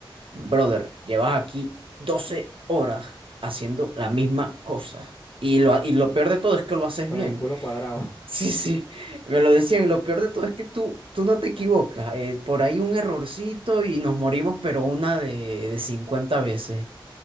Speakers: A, on the right (about 80°); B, on the left (about 30°).
A: brother, llevas aquí 12 horas haciendo la misma cosa. Y lo, y
B: con,
A: lo peor de todo es que lo haces
B: con
A: bien.
B: el culo cuadrado.
A: Sí, sí, me lo decían. y Lo peor de todo es que tú, tú no te equivocas. eh, por ahí un errorcito y nos morimos, pero una de, de 50 veces.